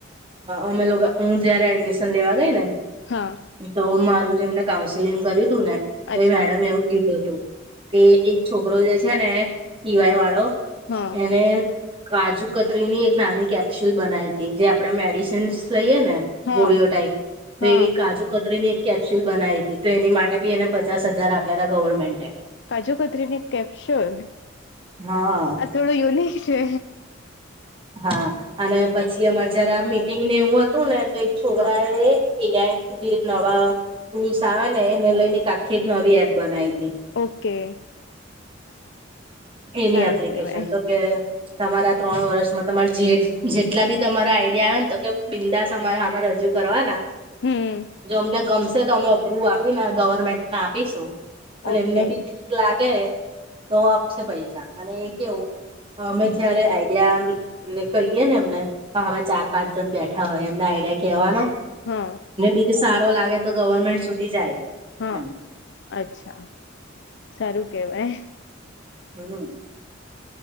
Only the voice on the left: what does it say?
હા.
અચ્છા
હા
હા
હા
કાજુ કતરી ની કેપ્સોલ.
થોડું યુનિક છે.
હા
ઓકે.
સારું
કેવાય
હમ
ઓકે
હા
હા,
અચ્છા સારું કહેવાય.